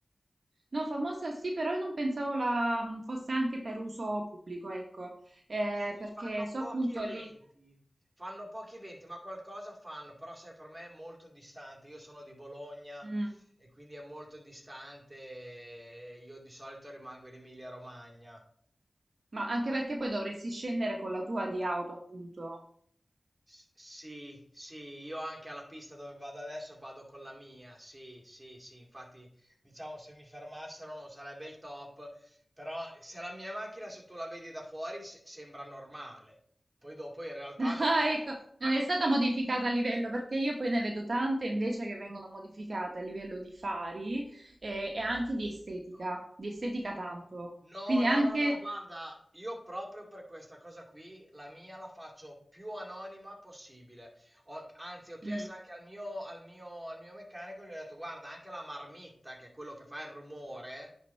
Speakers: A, on the right (about 70°); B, on the right (about 25°).
A: No, famosa sì, però io non pensavo la, mm, fosse anche per uso pubblico, ecco, Eh,
B: Sì,
A: perché
B: fanno
A: so
B: pochi
A: appunto
B: eventi,
A: lì...
B: fanno pochi eventi, ma qualcosa fanno, però sai, per me è molto distante, io sono di Bologna
A: Mm,
B: e quindi è molto distante, e io di solito rimango in Emilia-Romagna.
A: ma anche perché poi dovresti scendere con la tua di auto, appunto.
B: S- Sì, sì, io anche alla pista dove vado adesso vado con la mia, sì, sì, sì, infatti diciamo se mi fermassero non sarebbe il top, però se la mia macchina se tu la vedi da fuori se- sembra normale, poi dopo in realtà non
A: Ah,
B: lo
A: ecco,
B: è.
A: non è stata modificata a livello perché io poi ne vedo tante invece che vengono modificate a livello di fari eh, e, anche
B: No. no.
A: di estetica, di estetica tanto.
B: No,
A: Quindi
B: no,
A: anche...
B: no, no, guarda, io proprio per questa cosa qui, la mia la faccio più anonima possibile. Ho- anzi, ho chiesto
A: Mm,
B: anche al mio, al mio, al mio meccanico, gli ho detto, guarda, anche la marmitta, che è quello che fa il rumore,